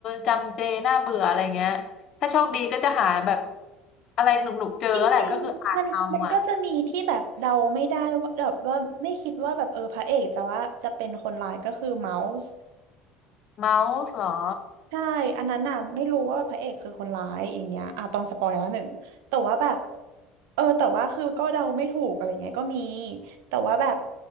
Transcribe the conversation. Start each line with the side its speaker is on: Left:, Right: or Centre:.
Left: จำเจน่าเบื่ออะไรเงี้ยถ้าโชคดีก็จะหาแบบอะไรหนุกๆเจอแหละก็คืออ่านเอาอ่ะ
Right: จริงๆมันมันก็จะมีที่แบบเดาไม่ได้ว่าแบบว่าไม่คิดว่าแบบเออพระเอกจะว่าจะเป็นคนร้ายก็คือเมาส์
Left: เมาส์เหรอ
Right: ใช่อันนั้นน่ะไม่รู้ว่าพระเอกคือคนร้ายอย่างเงี้ยอ่ะต้องสปอยแล้วหนึ่งแต่ว่าแบบเออแต่ว่าคือก็เดาไม่ถูกอะไรเงี้ยก็มีแต่ว่าแบบ